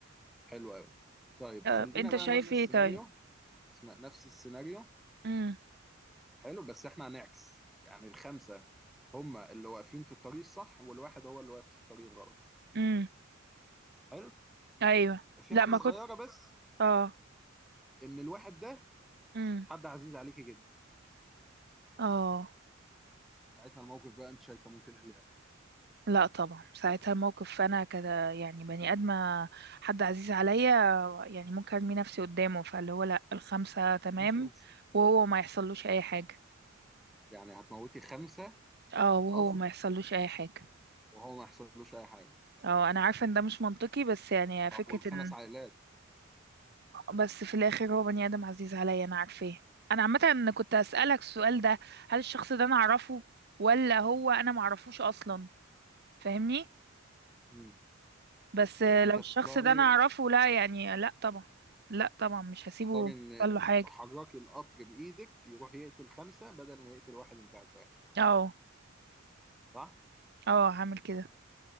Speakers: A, in the centre; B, on the right.
A: حلو قوي طيب
B: آه،
A: خلينا
B: انت
A: بقى
B: شايف
A: نفس السيناريو
B: ايه طيب
A: اسمع نفس السيناريو
B: امم
A: حلو بس احنا هنعكس يعني الخمسه هم اللي واقفين في الطريق الصح والواحد هو اللي واقف في الطريق الغلط
B: امم
A: حلو
B: ايوه
A: في
B: لا
A: حاجه
B: ما
A: صغيره
B: كنت
A: بس
B: اه
A: ان الواحد ده
B: امم
A: حد عزيز عليكي جدا
B: اه
A: ساعتها الموقف بقى انت شايفه ممكن ايه اللي يحصل.
B: لا طبعا ساعتها الموقف فانا كده يعني بني ادمه حد عزيز عليا يعني ممكن ارمي نفسي قدامه فاللي هو لا الخمسه تمام
A: مش اوبشن
B: وهو ما يحصلوش اي حاجه
A: يعني هتموتي خمسه
B: اه وهو
A: قصد
B: ما يحصلوش اي حاجه
A: وهو ما يحصلوش اي حاجه
B: اه انا عارفه ان ده مش منطقي بس يعني
A: طب
B: فكره
A: والخمس
B: ان
A: عائلات
B: بس في الاخر هو بني ادم عزيز عليا انا عارفاه انا عامه إن كنت اسالك السؤال ده هل الشخص ده انا اعرفه ولا هو انا ما اعرفوش اصلا فاهمني
A: مم.
B: بس لو
A: يعني انت هتختاري
B: الشخص ده انا اعرفه لا يعني لا طبعا لا طبعا مش هسيبه
A: تختاري ان
B: يحصل له حاجه
A: تحركي القطر بايدك يروح يقتل خمسه بدل ما يقتل واحد انت عارفاه
B: اه
A: صح؟
B: اه هعمل كده